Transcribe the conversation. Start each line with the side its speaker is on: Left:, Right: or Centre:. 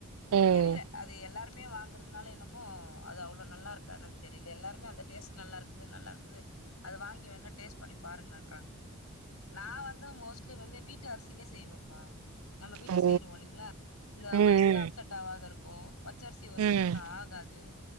Right: ம்
Left: தெரில அது எல்லாரு மே வாங்குறதுனால என்னமோ அது அவ்ளோ நல்லாருக்கா என்னன் தெரில எல்லாருமே அந்த டேஸ்ட் நல்லாருக்குது நல்லாருக்குது அத வாங்கி வேன்னா டேஸ்ட் பண்ணி பாருங்கன்றாங் நா வந்து மோஸ்ட்லி வந்து வீட்டு அரிசிலே செய்வம்பா நம்ம வீட்டு
Right: ஓ
Left: செய்ருவோ இல்லிங்ளா இந்த
Right: ம்
Left: வயுருலா
Right: ம்
Left: அப்செட் ஆவாதிரு கோ பச்சரிசி ஒரு
Right: ம்
Left: சிலருக்கு ஆகாது